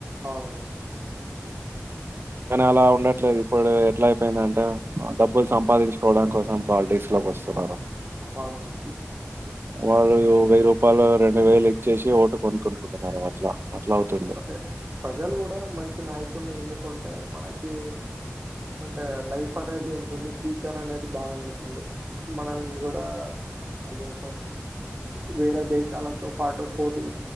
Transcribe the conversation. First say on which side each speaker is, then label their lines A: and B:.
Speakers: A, on the right; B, on the right.
A: అవునండి
B: కానీ అలా ఉండట్లేదు ఇప్పుడు ఎట్లా అయిపోయిందంటే డబ్బులు సంపాదించుకోవడం కోసం పాలిటిక్స్ లోకి వస్తున్నారు.
A: అవునవును.
B: వాళ్ళు వెయ్యి రూపాయలు రెండు వేలు ఇచ్చేసి ఓటు కొనుక్కుకుంటున్నారు అట్లా అట్లా అవుతుంది
A: అదే ప్రజలు కూడా మంచి నాయకుడిని ఎన్నుకుంటే మనకి అంటే లైఫ్ అనేది ఉంటుంది ఫ్యూచర్ అనేది బాగుంటుంది మనం కూడా అదే వేరే దేశాలతో పాటు ఫోటీ